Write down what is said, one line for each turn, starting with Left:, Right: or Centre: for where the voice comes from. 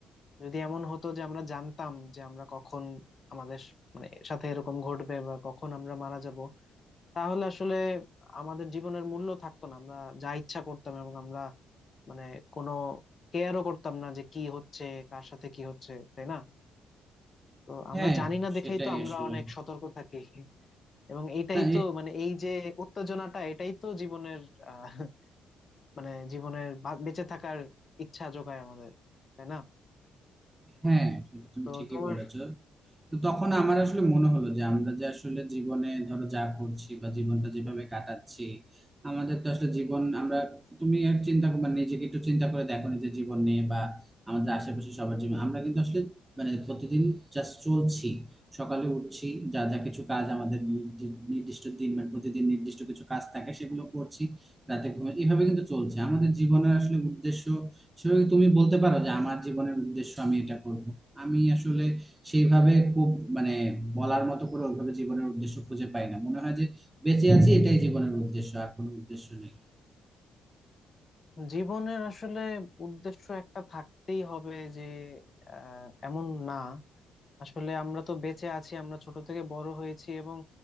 Left: যদি এমন হতো যে আমরা জানতাম যে আমরা কখন আমাদের স- মানে সাথে এরকম ঘটবে বা কখন আমরা মারা যাব তাহলে আসলে আমাদের জীবনের মূল্য থাকতো না আমরা যা ইচ্ছা করতাম এবং আমরা মানে কোনো কেয়ারও করতাম না যে কি হচ্ছে কার সাথে কি হচ্ছে তাই না তো আমরা
Right: হ্যাঁ
Left: জানি না
Right: সেটাই
Left: দেখেই তো আমরা
Right: আসলে
Left: অনেক সতর্ক থাকি এবং এইটাই
Right: না
Left: তো মানে এই যে উত্তেজনাটা এটাই তো জীবনের আহ মানে জীবনের বা- বেঁচে থাকার ইচ্ছা যোগায় আমাদের তাই না
Right: হ্যাঁ সেটা তুমি
Left: তো
Right: ঠিকই
Left: তোমার
Right: বলেছো তো তখন আমার আসলে মনে হলো যে আমরা যে আসলে জীবনে ধরো যা করছি বা জীবনটা যেভাবে কাটাচ্ছি আমাদের তো আসলে জীবন আমরা তুমি আর চিন্তা কর- মানে নিজেকে একটু চিন্তা করে দেখো নিজের জীবন নিয়ে বা আমাদের আশেপাশে সবার জীবন আমরা কিন্তু আসলে মানে প্রতিদিন জাস্ট চলছি সকালে উঠছি যা যা কিছু কাজ আমাদের নির্দি- নির্দিষ্ট দিন মানে প্রতিদিন নির্দিষ্ট কিছু কাজ থাকে সেগুলো করছি রাতে ঘুমে এভাবে কিন্তু চলছে আমাদের জীবনের আসলে উদ্দেশ্য সেভাবে তুমি বলতে পারো যে আমার জীবনের উদ্দেশ্য আমি এটা করব আমি আসলে সেইভাবে খুব মানে বলার মতো করে ওইভাবে জীবনের উদ্দেশ্য খুঁজে পাই না মনে হয় যে বেঁচে আছি এটাই জীবনের উদ্দেশ্য আর কোনো উদ্দেশ্য নেই
Left: জীবনের আসলে উদ্দেশ্য একটা থাকতেই হবে যে আহ, এমন না আসলে আমরা তো বেঁচে আছি আমরা ছোট থেকে বড় হয়েছি এবং